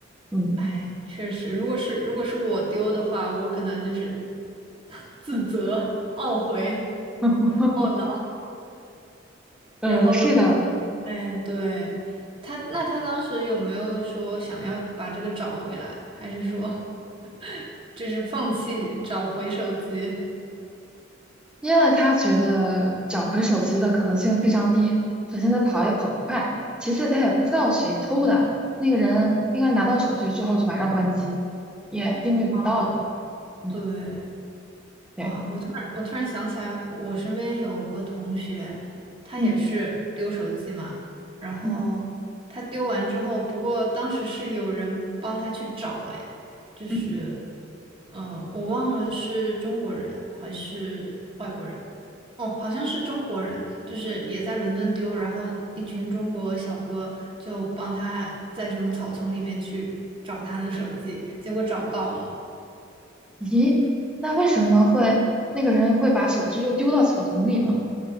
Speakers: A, in the centre; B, on the right.
A: 嗯
B: 哎，确实，如果是如果是我丢的话，我可能就是 <laughs> 自责、
A: 嗯，
B: 懊悔、
A: <laughs>
B: 懊恼，
A: 呃，
B: 然后，
A: 是的，
B: 哎，对，他，那他当时有没有说想要把这个找回来，还是说 <laughs> 就是放弃找回手机？
A: 因为他觉得找回手机的可能性非常低，首先他跑也跑不快，其次他也不知道谁偷的，那个人应该拿到手机之后就马上关机，也定位不到，
B: 嗯，
A: 嗯，
B: 对，
A: 对，
B: 哇，我突然我突然想起来，我身边有个同学，他也是丢手机嘛，
A: 嗯
B: 然后他丢完之后，
A: 嗯
B: 不过当时是有人帮他去找，哎，就是，
A: 嗯，
B: 嗯、呃我忘了是中国人还是外国人，哦，好像是中国人，就是也在伦敦丢，然后一群中国小哥就帮他在什么草丛里面去找他的手机，结果找到了。
A: 咦，那为什么会那个人会把手机又丢到草丛里呢？